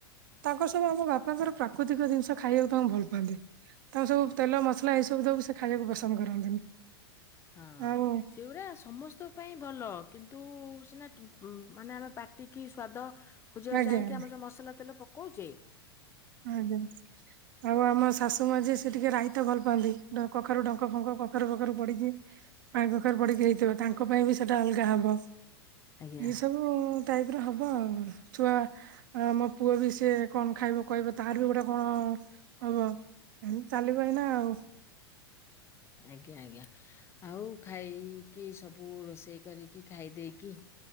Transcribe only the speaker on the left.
ହଁ
ସେଗୁଡା ସମସ୍ତ ପାଇଁ ଭଲ କିନ୍ତୁ ସିନା ମାନେ ଆମେ ପାଟିକି ସ୍ଵାଦ ଖୋଜିବାକୁ
ଯାଇକି
ଆମର ଯୋଉ ମସଲା ତେଲ ପକଉଛେ।
ଆଜ୍ଞା
ଆଜ୍ଞା ଆଜ୍ଞା ଆଉ ଖାଇକି ସବୁ ରୋଷେଇ କରିକି ଖାଇ ଦେଇକି